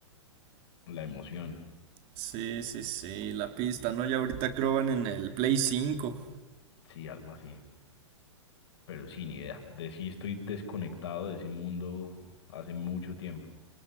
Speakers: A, on the left (about 60°); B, on the right (about 35°).
A: la emoción.
B: Sí, sí, sí, la pista, ¿no? Ya ahorita creo van en el Play 5.
A: Sí, algo así, pero sin idea. De sí estoy desconectado de ese mundo hace mucho tiempo.